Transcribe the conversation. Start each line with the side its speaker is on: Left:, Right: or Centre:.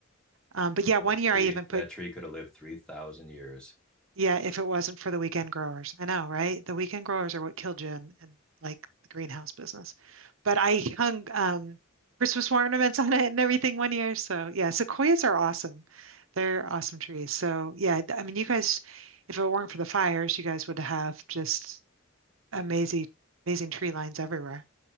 Right: um, but yeah, one
Centre: That
Right: year
Centre: tree
Right: I even put
Centre: that tree could have lived three thousand years.
Right: Yeah, if it wasn't for the weekend growers. I know, right? The weekend growers are what killed Jen in in like the greenhouse business. But I hung um Christmas ornaments on it and everything one year. So yeah, sequoias are awesome. They're awesome trees. So yeah, th- I mean you guys, if it weren't for the fires, you guys would have just amazing amazing tree lines everywhere.